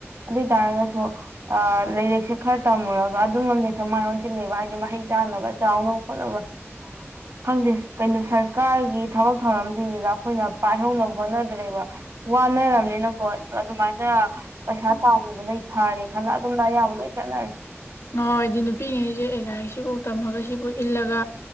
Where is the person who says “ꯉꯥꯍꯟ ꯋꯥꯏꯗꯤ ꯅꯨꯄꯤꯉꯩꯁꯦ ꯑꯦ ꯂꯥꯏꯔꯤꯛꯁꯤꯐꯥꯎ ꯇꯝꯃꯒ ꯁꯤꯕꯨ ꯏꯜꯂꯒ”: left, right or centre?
Left